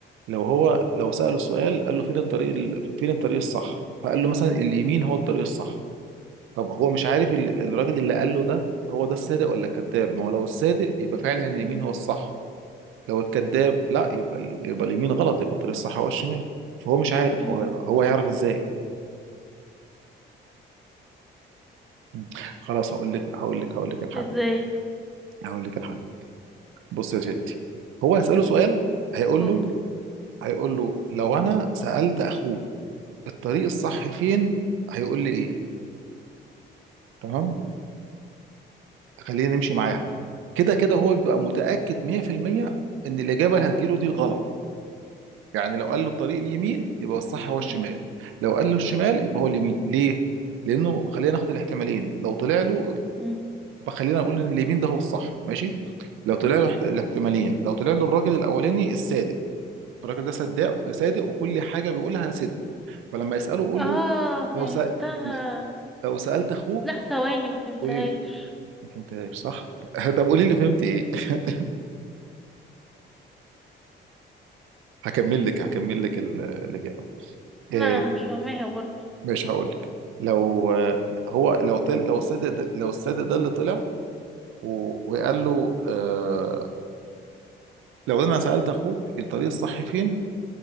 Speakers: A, on the right; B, in the centre.
A: لو هو لو ساله السؤال قال له فين الطريق ال- فين الطريق الصح فقال له مثلا اليمين هو الطريق الصح طب هو مش عارف ال- الراجل اللي قال له ده هو ده الصادق ولا الكذاب ما هو لو الصادق يبقى فعلا اليمين
B: مم.
A: هو الصح لو الكذاب لا يبقى ال- يبقى اليمين غلط يبقى الطريق الصح هو الشمال فهو مش عارف
B: مم.
A: هو هو يعرف ازاي مم. خلاص هقول لك هقول لك هقول لك الحل
B: ازاي
A: هقول لك الحل بص يا ستي هو هيسأله سؤال هيقول
B: قول
A: له هيقول له لو انا سألت اخوك الطريق الصح فين هيقول لي ايه تمام خلينا نمشي معاها كده كده هو بيبقى متأكد 100%
B: مم.
A: ان الإجابة اللي هتجيله دي الغلط يعني لو قال له الطريق اليمين يبقى الصح هو الشمال
B: مم.
A: لو قال له الشمال يبقى هو اليمين ليه لأنه خلينا ناخد الاحتمالين لو طلع له
B: مم.
A: خلينا نقول ان اليمين ده هو الصح ماشي لو طلع له احت- الاحتمالين لو طلع له الراجل الاولاني الصادق الراجل ده صداق صادق وكل حاجه بيقولها صدق فلما يساله قول
B: اه
A: له
B: فهمتها
A: لو سأ... لو سالت اخوك
B: لا ثواني ما فهمتهاش
A: قولي لي ما فهمتهاش صح <laughs> طب قولي لي فهمت ايه <laughs> هكمل لك هكمل لك ال- الاجابه
B: لا
A: آه،
B: انا مش فاهماها برضه
A: مش هقول لك لو آه، هو لو طل... لو
B: قول
A: الصادق ده... لو الصادق ده اللي طلع و... وقال له آه... لو انا سالت اخوك الطريق الصح فين